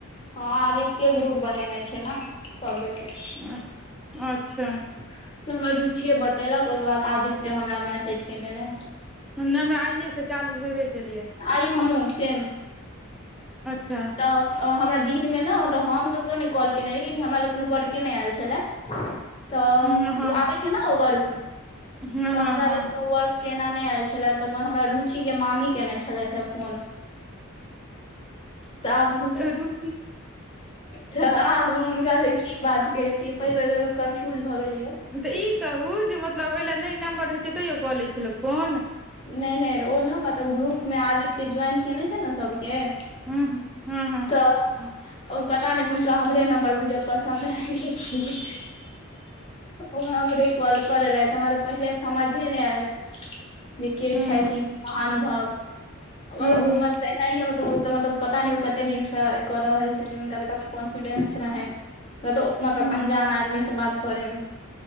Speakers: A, on the left (about 25°); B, in the centre.
A: हँ आदित्य ग्रुप बनेने छै नऽ सबे केँ
B: <unintelligible> अच्छा
A: तऽ हमर रुचिए बतेलक ओइकेँ बाद आदित्य हमरा मैसेज केयने रहै
B: सुन न हमरा आइये से चालू भेबे केलै यै
A: आइ हमहुँ सेम
B: अच्छ
A: हमरा दिनमे न ओत हम ककरो नै कॉल केने रहि हमरा लग कोनो वर्के नै आयल छलै तऽ
B: हँ हँ
A: आबै छै न ओ वर्क <inaudible>
B: हँ
A: तऽ
B: हँ
A: हमरा
B: हँ
A: लगन कोनो वर्क केना नै आयल छलै तऽ हमरा रुचि केँ मामी कयने छलैथ है फोन तब <unintelligible>
B: रुचि
A: तऽ आब हम हुनका से की बात केरतियै पहिल बेर कन्फ्यूज भए गेलये
B: तऽ ई कहू जे मतलब ओइ लऽ नै नम्बर रहै छै तैयो कऽ लैत छै लोक फोन
A: नै नै ओ न मतलब ग्रुपमे आदित्य ज्वाइन कयने छै न सभ केँ
B: <unintelligible>
A: तऽ <inaudible> ओ पता नै हुनका हमरे नम्बर बुझलिए पसन्द भैऽ गेलय <unintelligible> ओ हमरे कॉल कऽ लेलैथ हमरा पहिले समझे नै ऐल जे केँ
B: हूँ
A: छथि ई महानुभाव <unintelligible>
B: हूँ हूँ
A: एनाहि मतलब पता ने कते दिन से क रहल छथिन हुनका तऽ काफी कॉन्फिडेंस रहेैन
B: <unintelligible>
A: कतौ मतलब
B: हूँ
A: अंजान आदमी से बात करै म <inaudible>